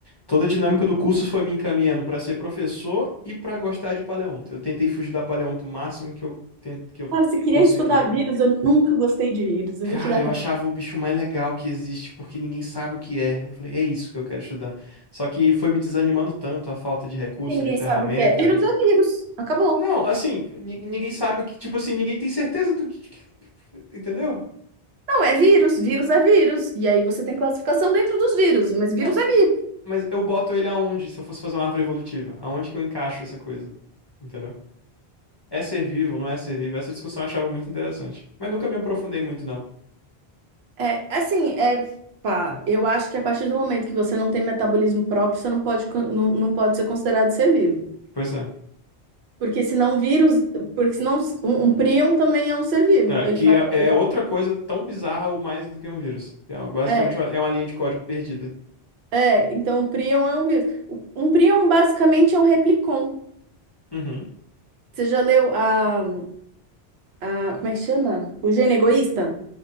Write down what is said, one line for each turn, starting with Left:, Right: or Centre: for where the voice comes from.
Left: toda a dinâmica do curso foi me encaminhando para ser professor e para gostar de paleonto. Eu tentei fugir da paleonto o máximo que eu, ten- que eu
Right: Cara, você queria
Left: consegui.
Right: estudar vírus, eu nunca gostei de vírus, eu
Left: Cara,
Right: vou te dar
Left: eu
Right: real.
Left: achava o bicho mais legal que existe, porque ninguém sabe o que é. Eu falei, é isso que eu quero estudar. Só que foi me desanimando tanto a falta de recurso,
Right: Ninguém
Left: de ferramenta.
Right: sabe o que é. Vírus é vírus. Acabou.
Left: Não, assim, ni- ninguém sabe o que, tipo assim, ninguém tem certeza do, de- de- entendeu?
Right: Não, é vírus. Vírus é vírus. E aí você tem classificação dentro dos vírus, mas
Left: Não.
Right: vírus é vírus.
Left: Mas eu boto ele aonde, se eu fosse fazer uma árvore evolutiva? Aonde que eu encaixo essa coisa? Entendeu? É ser vivo, não é ser vivo? Essa discussão eu achava muito interessante. Mas nunca me aprofundei muito nela.
Right: É é assim, é. Pá, eu acho que a partir do momento que você não tem metabolismo próprio, você não pode, con- não, não pode ser considerado ser vivo.
Left: Pois é.
Right: Porque senão vírus, porque senão um, um prion também é um ser vivo.
Left: É,
Right: Ele
Left: que
Right: faz,
Left: é, é
Right: ele
Left: outra coisa tão bizarra ou mais do que um vírus. É, basicamente
Right: até-
Left: uma- é uma linha de código perdida.
Right: é, é, então o prion é um vírus. O- Um prion basicamente é um replicon.
Left: Uhum.
Right: Você já leu a a- como é que chama? O gene egoísta?